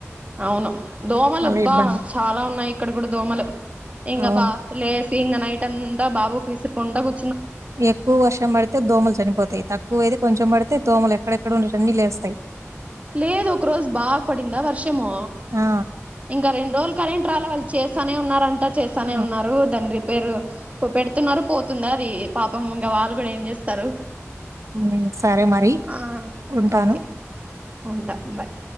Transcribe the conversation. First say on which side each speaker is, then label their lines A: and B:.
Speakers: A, on the right; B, on the right.
A: అవును దోమలుబ్బా
B: మళ్ళీ ఇబ్బంది
A: చాలా ఉన్నాయి ఇక్కడ కూడా దోమలు ఇంగ
B: అవును
A: బా లేసీ ఇంగ నైటంత బాబుకి విసర్కుంట గూ
B: ఎక్కువ వర్షం బడితే దోమలు చనిపోతాయ్ తక్కువ అయితే కొంచెం బడితే దోమలు ఎ ఎక్కడెక్కడ ఉండేటివన్ని లేస్తాయ్
A: లేదు ఒక రోజు బాగ పడిందా వర్షము
B: ఆ
A: ఇంక రెండ్రోజులు కరెంట్ రాలేవాల్ చేస్తనే ఉన్నారంట చేస్తానే
B: ఆ
A: ఉన్నారు దాని రిపేరు పెడుతున్నారు పో తుందా అది పాపం ఇంగ వాళ్ళు గూడా ఏం చేస్తారు
B: ఉ సరే మరి
A: ఆ
B: ఉంటాను
A: ఓకే ఉంటా బాయ్